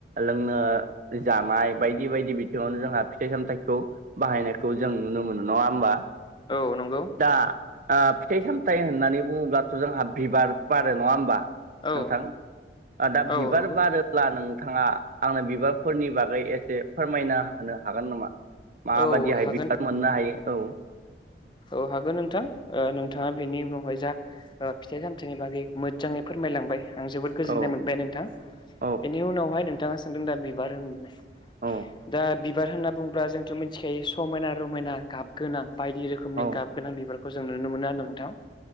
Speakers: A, on the right; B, on the left.
A: लोंनो जानाय बायदि बायदि बिथिङावनो जोंहा फिथाइ सामथाइखौ बाहायनायखौ जों नुनो मोनो नङा होमबा
B: औ नंगौ
A: दा फिथाइ सामथाइ होननानै बुङोब्लाथ' जोंहा बिबार बारो नङा होमबा
B: औ
A: नोंथां दा
B: औ
A: बिबार
B: नंगौ
A: बारोब्ला नों थाङा आंनो बिबारफोरनि बागै एसे फोरमायना होनो हागोन नामा? माबायदिहाय
B: औ हागोन
A: बि मोननो हायो औ।
B: औ हागोन नोंथां नोंथाङा बेनि उनावहाय जा फिथाइ सामथाइनि बागै मोजाङै फोरमायलांबाय आं जोबोद गोजोननाय
A: औ
B: मोनबाय नोंथां
A: औ
B: बेनि उनावहाय नों थाङा सानदों दा बिबार होननाय
A: औ
B: दा बिबार होनना बुङोब्ला जों थ' मिथिखायो समायना रमायना गाबगोनां बायदि रोखोमनि
A: औ
B: गाब गोनां बिबारफोर खौ जों नुनो मोनो आरो नोंथां।